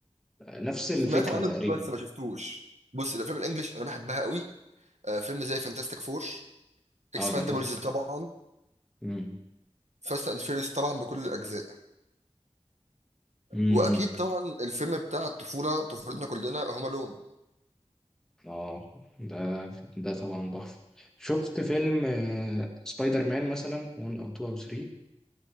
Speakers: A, in the centre; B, on the right.
A: آه، نفس الفكرة
B: سمعت عنه
A: تقريبا
B: بس ما شفتوش بص الأفلام الإنجليش أنا بحبها قوي آه، فيلم زي فانتاستيك فور اكسباندبلز
A: اه ده تحفة
B: طبعا
A: مم.
B: فاست اند فيريوس طبعا بكل الاجزاء
A: مم.
B: واكيد
A: مم.
B: طبعا الفيلم بتاع الطفوله طفولتنا كلنا هوم الون
A: اه ده ده طبعا تحفة شفت فيلم آه، سبايدر مان مثلا 1 او 2 او